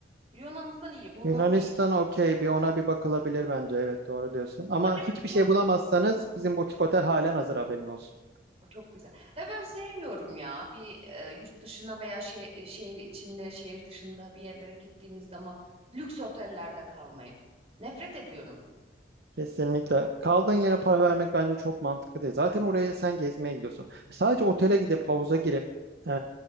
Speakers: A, on the right; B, on the right.
A: Yunanistan iyi. Buna
B: Yunanistan
A: bir
B: okey bir ona bir bakılabilir bence. Evet doğru diyorsun. Ama
A: acaba
B: hiçbir
A: çok
B: şey bulamazsanız
A: Hmm.
B: bizim butik otel halen hazır haberin olsun.
A: O çok güzel. Ve ben sevmiyorum ya bir e, yurt dışına veya şe- e, şehir içinde, şehir dışında bir yerlere gittiğimiz zaman lüks otellerde kalmayı. Nefret ediyorum.
B: Kesinlikle. Kaldığın yere para vermek bence çok mantıklı değil. Zaten oraya sen gezmeye gidiyorsun. Sadece otele gidip havuza girip eee,